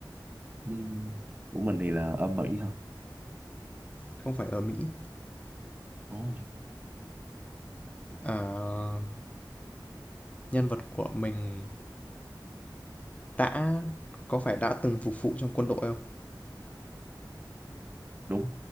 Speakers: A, on the right; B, on the left.
A: ừ. của mình thì là ở Mỹ hả
B: không phải ở Mỹ.
A: Ồ,
B: Ờ, nhân vật của mình đã có phải đã từng phục vụ trong quân đội không?
A: đúng